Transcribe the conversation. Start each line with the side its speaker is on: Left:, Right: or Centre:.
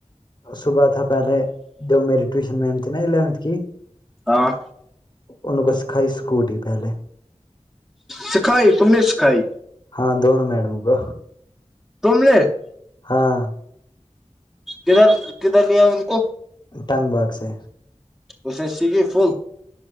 Left: صبح تھا پہلے جو میری ٹیوشن میم تھی نا الیونتھ کی
Centre: ہاں
Left: ان کو سکھائی سکوٹی پہلے
Centre: سکھائی تم نے سکھائی
Left: ہاں دونوں میڈم کو
Centre: تم نےے <unintelligible>
Left: ہاں
Centre: کدھر کدھر لیا ان کو
Left: ٹنگ باغ سے
Centre: اسس سیھے فون <unintelligible>